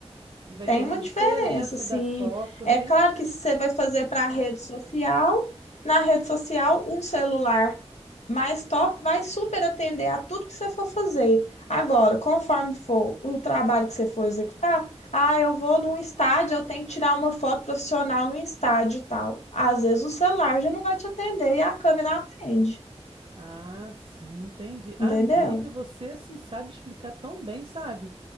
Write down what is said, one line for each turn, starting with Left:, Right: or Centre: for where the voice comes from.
Right: E vai
Left: Tem
Right: ter uma
Left: uma
Right: diferença
Left: diferença, assim.
Right: da foto,
Left: É
Right: né?
Left: claro que se você vai fazer para a rede social, na rede social, um celular mais top vai super atender a tudo que você for fazer. Agora, conforme for o trabalho que você for executar, ah, eu vou num estádio, eu tenho que tirar uma foto profissional no estádio e tal. Às vezes o celular já não vai te atender e a câmera atende,
Right: Ah, sim, entendi.
Left: entendeu?
Right: Amiga, você assim sabe explicar tão bem, sabe?